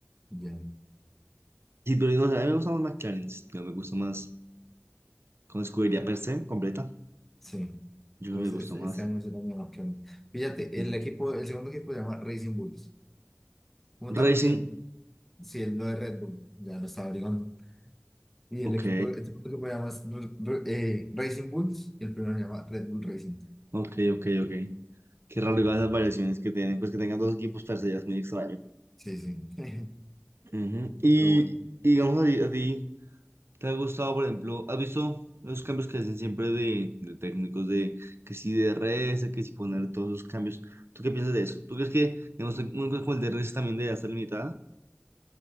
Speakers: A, in the centre; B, on the right.
A: ya,
B: sí, pero no sé, a mí me gusta más McLaren, yo me gusta más con escudería per se, completa,
A: sí.
B: yo
A: Entonces,
B: me gusta
A: este,
B: más.
A: este año es el año que... Fíjate,
B: sí.
A: el equipo, el segundo equipo se llama Racing Bulls, como
B: Racing,
A: tal no tiene, sí, es lo de Red Bull, ya lo estaba averiguando. Y
B: ok,
A: el equipo, este otro equipo se llama Ru- Ru- eh, Racing Bulls y el primero se llama Red Bull Racing.
B: ok, ok, ok. Qué raro igual esas variaciones que tienen, pues que tengan dos equipos per se, ya es muy extraño.
A: Sí, sí. <laughs>
B: Ujú. Y,
A: Pero bueno,
B: y digamos a ti, a ti, ¿Te ha gustado, por ejemplo, has visto los cambios que hacen siempre de, de técnicos, de que si DRS, que si poner todos esos cambios? ¿Tú qué piensas de eso? ¿Tú crees que, digamos, una cosa como el DRS también debería estar limitada?